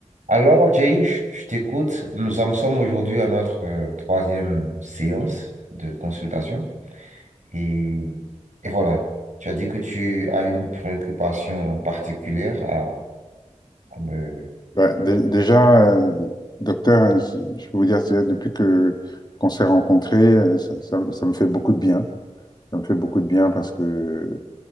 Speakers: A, on the right; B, on the left.
A: Alors, Jay, je je t'écoute. Nous en sommes aujourd'hui à notre euh, troisième séance de consultation. Et, et voilà, tu as dit que tu as une préoccupation particulière à, à me...
B: Bah, dé- déjà, euh, docteur, hein, si- je peux vous dire, c'est- depuis que qu'on s'est rencontrés, euh, ça, ça me ça me fait beaucoup de bien. Ça me fait beaucoup de bien parce que euh,